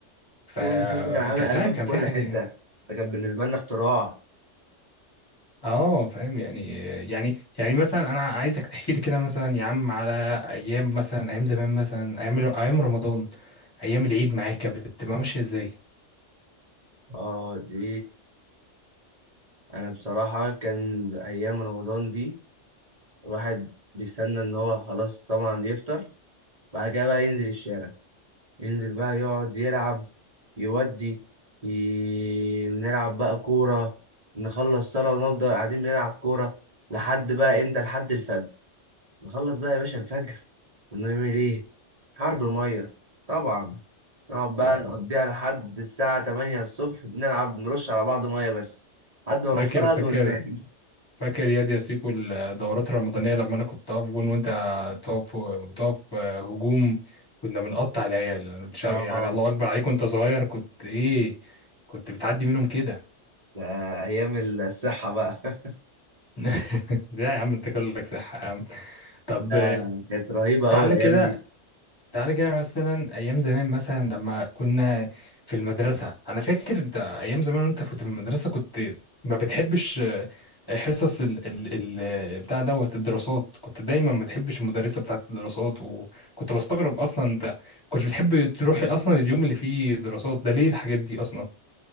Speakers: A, on the left; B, on the right.
A: فكان
B: كيمون شوز ده كان عامل قلبان
A: لا كان
B: في كل
A: في حاجة
B: حته ده كان بالنسبه لنا اختراع
A: اه فاهم يعني يعني يعني مثلا انا عايزك تحكي لي كده مثلا يا عم على ايام مثلا ايام زمان مثلا ايام ايام رمضان ايام العيد معاك كانت بتبقى ماشية ازاي
B: اه دي انا بصراحه كان ايام رمضان دي الواحد بيستنى ان هو خلاص طبعا يفطر بعد كده بقى ينزل الشارع ينزل بقى يقعد يلعب يودي ي... نلعب بقى كورة نخلص صلاة ونفضل قاعدين بنلعب كورة لحد بقى امتى لحد الفجر نخلص بقى يا باشا الفجر ونعمل ايه حرب مية طبعا نقعد بقى
A: آه.
B: نقضيها لحد الساعة 8 الصبح بنلعب نرش على بعض مية بس لحد ما
A: فاكر
B: نفرهد
A: فاكر
B: وننام
A: فاكر ياد يا سيكو الدورات الرمضانية لما أنا كنت أقف جون وأنت تقف تقف هجوم كنا بنقطع العيال
B: <laughs>
A: شا- يعني
B: اه
A: الله أكبر عليك وأنت صغير كنت إيه كنت بتعدي منهم كده
B: ده أيام الصحة بقى <laughs>
A: <laughs> لا يا عم أنت كلك صح يا عم طب
B: ده كانت رهيبة
A: تعالى
B: أوي الأيام
A: كده
B: دي
A: تعالى كده مثلا ايام زمان مثلا لما كنا في المدرسه انا فاكر انت ايام زمان وانت كنت في المدرسه كنت ما بتحبش آه، حصص ال ال ال بتاع دوت الدراسات كنت دايما ما بتحبش المدرسه بتاعت الدراسات وكنت بستغرب اصلا انت كنتش بتحب تروح اصلا اليوم اللي فيه دراسات ده ليه الحاجات دي اصلا